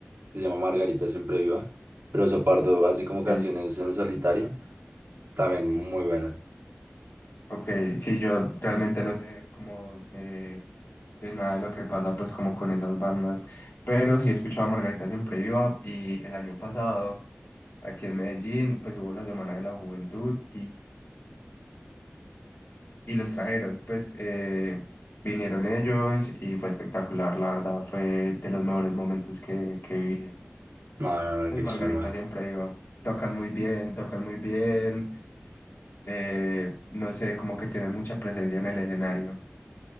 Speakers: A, on the right; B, on the left.
A: que se llama Margarita Siempre Viva. Pero Oso Pardo hace como canciones
B: Eh,
A: en solitario, también muy buenas.
B: ok, sí, yo realmente no sé cómo eh, de nada de lo que pasa pues como con esas bandas, pero sí he escuchado a Margarita Siempre Viva y el año pasado aquí en Medellín pues hubo la Semana de la Juventud y los trajeron. Pues eh, vinieron ellos y fue espectacular, la verdad, fue de los mejores momentos que, que viví.
A: No, no,
B: Pues
A: no, qué
B: Margarita
A: chimba.
B: siempre iba, tocan muy bien, tocan muy bien, eh, no sé, como que tienen mucha presencia en el escenario.